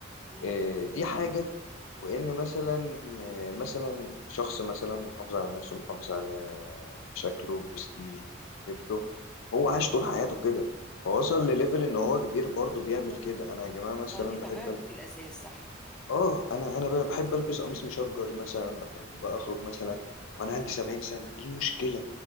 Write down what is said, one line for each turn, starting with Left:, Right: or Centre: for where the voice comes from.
Centre: امم
Left: آه، دي حاجة وإن مثلا آه، مثلا شخص مثلا محافظ على نفسه محافظ على شكله برستيجه هيبته هو عاش طول حياته كده فوصل لليفل إن هو كبير برضه بيعمل كده أنا يا جماعة مثلا
Centre: اه دي طبيعته
Left: بحب ألبس
Centre: في الاساس صح
Left: آه أنا أنا بحب ألبس قميص مشجر مثلا بحب أخرج مثلا وأنا عندي 70 سنة إيه المشكلة